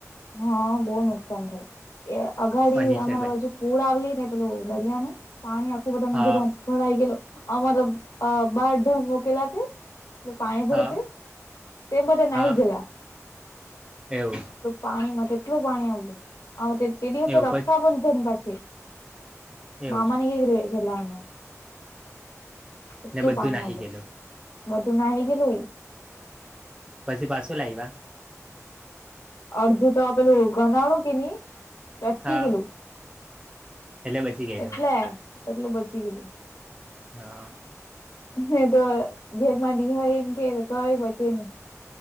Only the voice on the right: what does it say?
ફર્નિચર
બ
હા
હા
હા
એવું
એવું
પછ
એવું
ને બધું
નાહી
ગયેલું
પછી પાછું લાયવા.
હા
એટલે બચી ગયેલો
હા